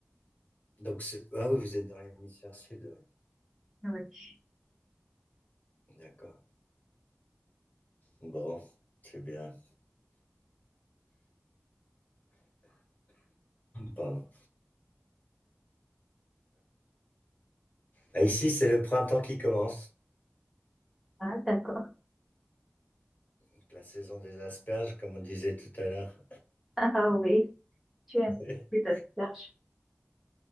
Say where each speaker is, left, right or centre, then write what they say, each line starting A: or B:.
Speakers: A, on the left (about 40°); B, in the centre.
A: Donc, c'est- ah oui, vous êtes dans l'hémisphère sud. ouais.
B: Oui.
A: D'accord. Bon, c'est bien. Pardon. Ah, Ici, c'est le printemps qui commence,
B: Ah, d'accord. <laughs>
A: donc la saison des asperges, comme on disait tout à l'heure.
B: Ah oui. Tu
A: <laughs>
B: aimes cette recherche?